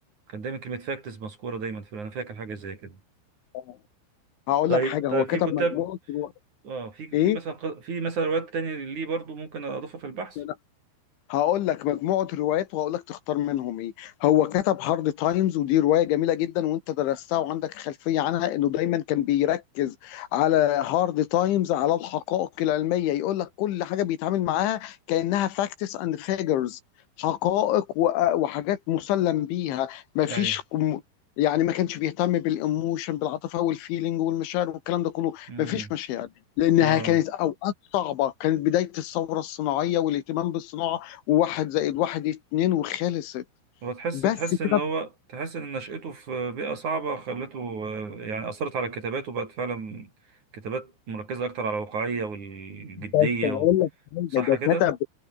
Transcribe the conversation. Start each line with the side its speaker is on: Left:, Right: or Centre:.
Right: كان دايما كلمه فاكتس مذكوره دايما في انا فاكر حاجه زي كده
Left: آه. هقول
Right: طيب
Left: لك حاجه
Right: طيب
Left: هو كتب
Right: في كتاب
Left: مجموعه روايات
Right: اه في
Left: ايه
Right: في مثلا ق- في مثلا روايات تانية ليه برضو ممكن اضيفها في البحث
Left: ده هقول لك مجموعة روايات وهقول لك تختار منهم ايه هو كتب هارد تايمز ودي رواية جميلة جدا وانت درستها وعندك خلفية عنها انه دايما كان بيركز على هارد تايمز على الحقائق العلمية يقول لك كل حاجة بيتعامل معاها كأنها فاكتس اند فيجرز حقائق و- وحاجات مسلم بيها مفيش
Right: ايوه
Left: كم- يعني ما كانش بيهتم بالايموشن بالعاطفة والفيلينج والمشاعر والكلام ده كله
Right: امم
Left: مفيش مشاعر لانها
Right: اه
Left: كانت اوقات صعبة كانت بداية الثورة الصناعية والاهتمام بالصناعة وواحد زائد واحد اتنين وخلصت
Right: هو تحس
Left: بس
Right: تحس
Left: كده
Right: ان هو تحس ان نشأته في بيئة صعبة خلته آه، يعني أثرت على كتاباته بقت فعلا كتابات مركزة أكتر على الواقعية والجدية
Left: بس هقول
Right: و...
Left: لك حاجه
Right: صح
Left: ده
Right: كده؟
Left: كتب